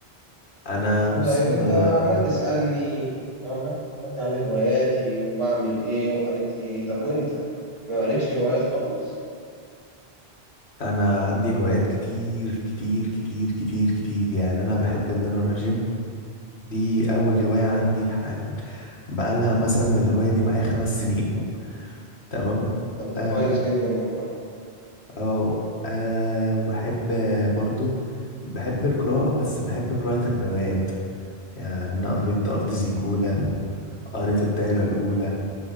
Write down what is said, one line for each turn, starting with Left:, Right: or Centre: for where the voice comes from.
Left: انا بص
Right: طيب
Left: انا
Right: انت عمال تسألني عمال تسألني على هواياتي وبعمل ايه وقريت ايه طب وانت ما عليكش هوايات خالص
Left: انا عندي هوايات كتير كتير كتير كتير كتير يعني انا بحب ان انا اروح جيم دي اول هواية عندي حال بقالها مثلا الهواية دي معايا خمس سنين تمام
Right: طب ده
Left: اه
Right: كويس جدا والله
Left: اه آه، وبحب آه، برضو بحب القراءة بس بحب قراءة الروايات يعني أنا قريت أرض زيكولا قريت الدايرة الأولى